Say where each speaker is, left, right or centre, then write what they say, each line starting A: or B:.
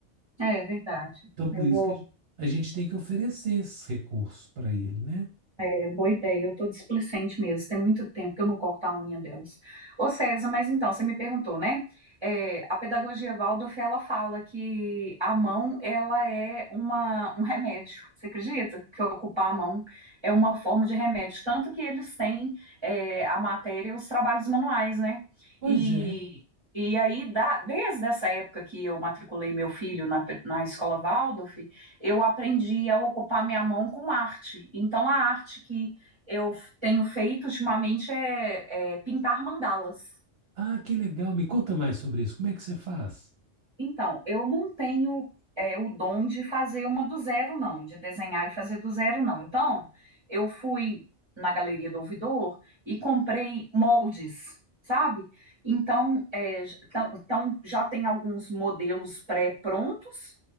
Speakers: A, on the right; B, on the right.
A: É, é verdade.
B: Então, por
A: Eu
B: isso
A: vou.
B: que a gente a gente tem que oferecer esses recursos para ele, né?
A: É, boa ideia, eu tô displicente mesmo. Tem muito tempo que eu não corto a unha delas. Ô César, mas então, você me perguntou, né? É, a pedagogia Waldorf, ela fala que a mão, ela é uma, um remédio. Você acredita que ocupar a mão é uma forma de remédio? Tanto que eles têm é, a matéria, os trabalhos manuais, né?
B: Pois
A: E,
B: é.
A: e aí, da- desde essa época que eu matriculei meu filho na, pe- na escola Waldorf, eu aprendi a ocupar minha mão com arte. Então, a arte que eu tenho feito ultimamente é, é pintar mandalas.
B: Ah, que legal. Me conta mais sobre isso. Como é que você faz?
A: Então, eu não tenho é, o dom de fazer uma do zero, não, de desenhar e fazer do zero, não. Então, eu fui na Galeria do Ouvidor e comprei moldes, sabe? Então, é, j- tão- então já tem alguns modelos pré-prontos